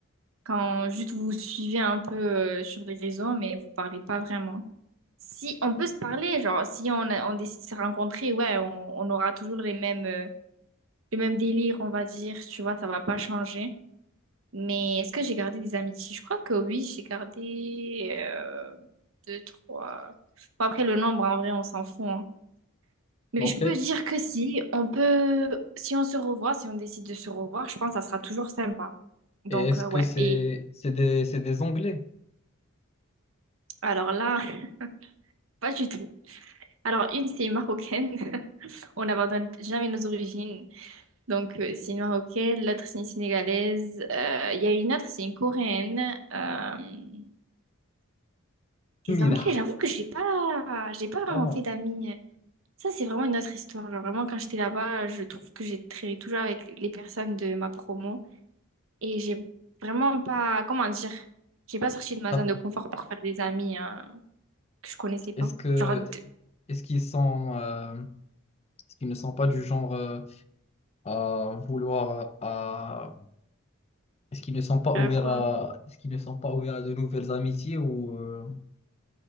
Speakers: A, on the right; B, on the left.
A: quand juste vous vous suivez un peu euh, sur les réseaux, mais vous parlez pas vraiment. Si on peut se parler, genre, si on, a- on décide de se rencontrer, ouais, on, on aura toujours les mêmes. euh, le même délire, on va dire, tu vois, ça va pas changer. Mais est-ce que j'ai gardé des amitiés? Je crois que oui, j'ai gardé euh, deux, trois. Bon, après, le nombre, en vrai, on s'en fout. hein. Mais
B: Ok.
A: je peux
B: Et
A: dire que si, on peut, si on se revoit, si on décide de se revoir, je pense que ça sera toujours sympa. Donc,
B: est-ce
A: euh,
B: que
A: ouais.
B: c'est
A: Et
B: c'est des, c'est des Anglais?
A: alors là, <laughs> pas du tout. Alors, une, c'est une Marocaine. <laughs> On n'abandonne jamais nos origines. Donc, euh, c'est une Marocaine. L'autre, c'est une Sénégalaise. Euh, Il y a une autre, c'est une Coréenne. Euh, Des
B: Mila.
A: Anglais, j'avoue que j'ai pas, j'ai pas vraiment
B: Ah bon.
A: fait d'amis. Ça, c'est vraiment une autre histoire. Genre, vraiment, quand j'étais là-bas, je trouve que j'ai traîné toujours avec les personnes de ma promo. Et j'ai vraiment pas, comment dire, j'ai pas sorti de ma
B: T'as-
A: zone de confort pour faire des amis hein, que je connaissais pas.
B: Est-ce que
A: Genre, de-
B: est-ce qu'ils sont euh, est-ce qu'ils ne sont pas du genre euh, à vouloir à... Est-ce qu'ils ne sont pas
A: euh,
B: ouverts
A: quoi?
B: à... Est-ce qu'ils ne sont pas ouverts à de nouvelles amitiés ou... euh,